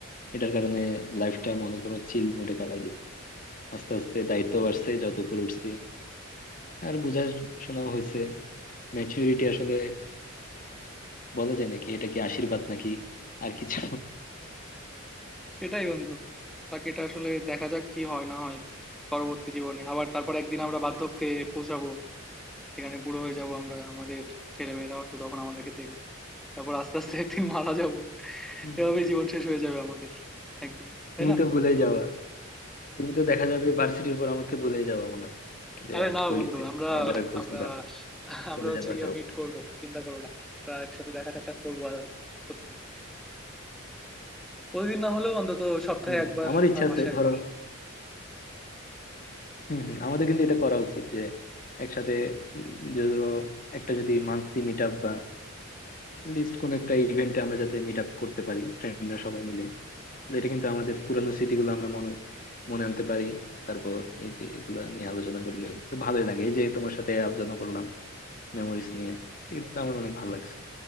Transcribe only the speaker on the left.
এটার কারণে লাইফটা মনে করো চিল মোডে কাটাই দিছে আস্তে আস্তে দায়িত্ব বাড়ছে যত উপরে উঠছি আর বোঝার শোনাও হয়েছে ম্যাচুরিটি আসলে বলা যায় নাকি এটা কি আশীর্বাদ নাকি আর কিছু
হুম।
তুমি
তো ভুলে যাওয়া তুমি তো দেখা যাবে ভার্সিটির পর আমাকে বলেই যাবা মনে হয় যে
আর
কইতে
আমাদের আর খোঁজ
নিবা
চলে
যাবা
যাও
হম
আমার ইচ্ছা
আছে
ধরো হম হম আমাদের কিন্তু এটা করা উচিত যে একসাথে উম, যে ধরো একটা যদি মান্থলি মিট আপ বা লিস্ট কোন একটা ইভেন্টে আমরা যাতে মিট আপ করতে পারি ফ্রেন্ডরা সবাই মিলে তো এটা কিন্তু আমাদের পুরানো স্মৃতিগুলো আমরা মনে মনে আনতে পারি তারপর এই যে এগুলা নিয়ে আলোচনা করলে তো ভালোই লাগে এই যে তোমার সাথে আলোচনা করলাম মেমোরিজ নিয়ে এটা কিন্তু আমার অনেক ভালো লাগছে